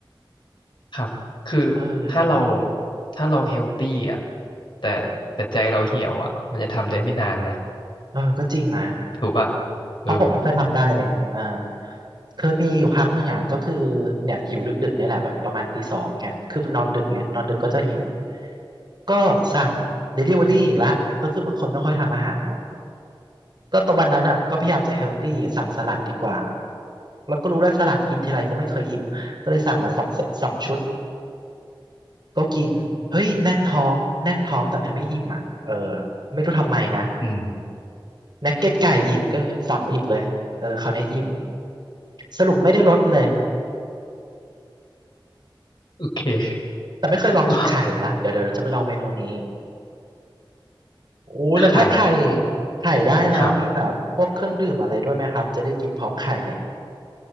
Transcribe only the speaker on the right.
เออ
เออก็จริงนะ
เพราะผมไม่ค่อยทำได้เลยอ่า
เคยมีอยู่ครั้งหนึ่งอ่ะก็คือเนี่ยหิวดึกๆเนี่ยแหละแบบประมาณตีสองเนี่ยคือนอนดึกเนี่ยนอนดึกก็จะหิวก็สั่งเดลิเวอรี่อีกละก็คือบางคนไม่ค่อยทำอาหารเนาะก็ตอนวันนั้นอ่ะก็พยายามจะเฮลตี้สั่งสลัดดีกว่าแล้วก็รู้แล้วสลัดกินทีไรก็ไม่เคยอิ่มก็เลยสั่งมาสองเซตสองชุด ก็กินเฮ้ยแน่นท้องแน่นท้องแต่มันไม่อิ่มอ่ะเออไม่รู้ทำไมนะ
นักเก็ตไก่อีกก็เลยสั่งมาอีกเลยเออคราวนี้อิ่มสรุปไม่ได้ลดเลย
แต่ไม่เคยลองกินไข่นะเดี๋ยวเดี๋ยวเราจะไปลองเมนูนี้
โอ้แล้วถ้าไข่
ไข่ได้แล้วมีแบบพวกเครื่องดื่มอะไรด้วยไหมครับจะได้กินพร้อมไข่เลย